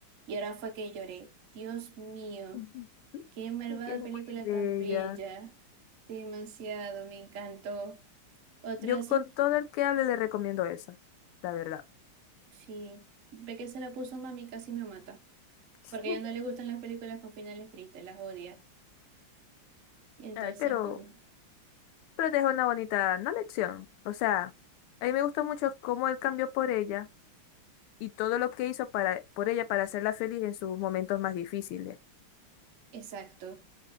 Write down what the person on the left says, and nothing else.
Ujú.
Sí, que es muy
bella.
Yo con
todo el que hable le recomiendo esa, la verdad.
<laughs>
Ay, pero,
pero deja una bonita, no lección. O sea, a mí me gustó mucho cómo él cambió por ella y todo lo que hizo para, por ella para hacerla feliz en sus momentos más difíciles.